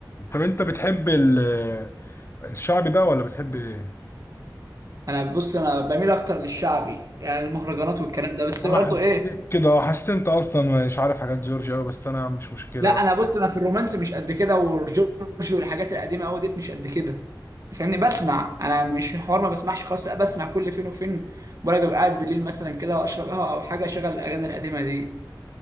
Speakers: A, on the left; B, on the right.
A: طب انت بتحب ال- الشعبي بقى ولا بتحب ايه؟
B: انا بص انا بميل اكتر للشعبي يعني المهرجانات والكلام ده بس
A: انا
B: برضو
A: حسيت
B: ايه
A: كده اه حسيت انت اصلا مش عارف حاجات جورج قوي بس انا مش مشكله
B: لا
A: بقى
B: انا بص انا في الرومانس مش قد كده وجورج والحاجات القديمه قوي ديت مش قد كده فاهمني بسمع انا مش في حوار ما بسمعش خالص لا بسمع كل فين وفين برجع أبقى قاعد بالليل مثلا كده واشرب قهوه او حاجه اشغل الاغاني القديمه دي